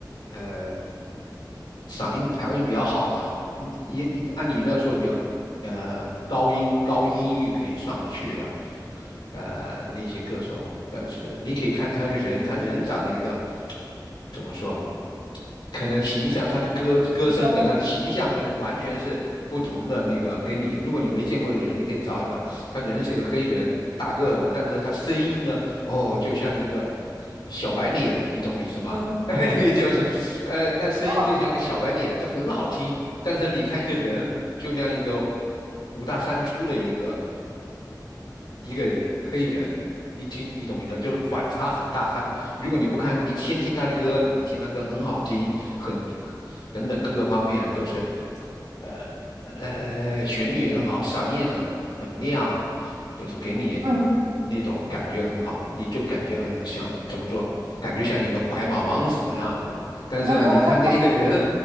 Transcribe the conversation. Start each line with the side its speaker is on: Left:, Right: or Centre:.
Left: 呃。嗓音调音比较好吧，你也按你那个说比较呃高音高音域可以上得去的，呃那些歌手，但是你可以看他这个人，他人长了一个怎么说？可能形象，他的歌歌声跟他的形象可能完全是不同的那个。
Right: <laughs>
Left: 给你，如果你没见过的人，你可以找一找，他人是一个黑人，大个子，但是他声音呢，哦，就像一个小白脸，你懂我意思吗？
Right: 嗯
Left: <laughs> 嘿就是，呃，他声音就像一个小白脸，
Right: 哦
Left: 这很好听。但是你看一个人，就像一个五大三粗的一个一个人黑人，你听你懂意思，就是反差很大。他的如果你不看，你先听他的歌，你听他歌很好听，很等等各个方面都是，呃呃，旋律也很好，嗓音很很亮，就是给你
Right: 嗯，
Left: 那种感觉很好，你就感觉很像怎么说，感觉像一个白马王子的那样子啊。但是呢，
Right: <laughs>
Left: 你看见一个人，